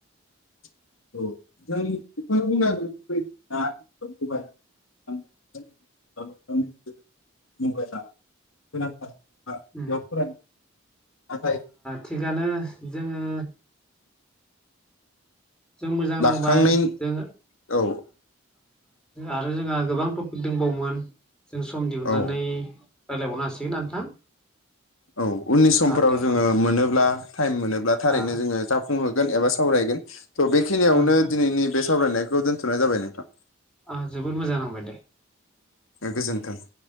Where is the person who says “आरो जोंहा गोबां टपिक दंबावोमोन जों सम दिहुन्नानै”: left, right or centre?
Centre